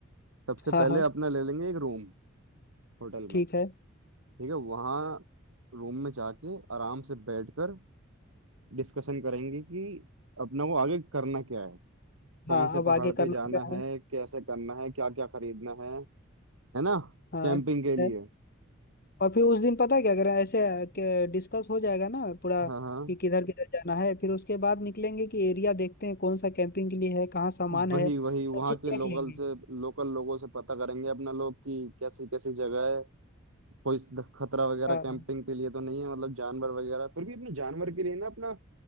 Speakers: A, on the right; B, on the left.
A: सबसे
B: हाँ
A: पहले
B: हाँ
A: अपना ले लेंगे एक रूम होटल
B: ठीक
A: में
B: है
A: ठीक है वहाँ रूम में जाके आराम से बैठकर डिस्कशन करेंगे कि अपना को आगे करना क्या है कौन
B: हाँ
A: से
B: अब आगे
A: पहाड़ पे
B: करना
A: जाना
B: क्या
A: है
B: है
A: कैसे करना है क्या क्या खरीदना है है ना
B: हाँ
A: कैंपिंग
B: ठीक
A: के लिए
B: है और फिर उस दिन पता है क्या करें ऐसे डिस्कस हो जाएगा ना पूरा
A: हाँ हाँ
B: कि किधर किधर जाना है फिर उसके बाद निकलेंगे कि एरिया देखते हैं कौन सा कैंपिंग के लिए है कहाँ सामान
A: वही
B: है
A: वही वहाँ
B: सब चीज
A: के
B: देख
A: लोकल
B: लेंगे
A: से लोकल लोगों से पता करेंगे अपना लोग कि कैसी कैसी जगह है कोई खतरा वगैरह
B: हाँ
A: कैंपिंग
B: हाँ
A: के लिए तो नहीं है मतलब जानवर वगैरह फिर भी अपने जानवर के लिए ना अपना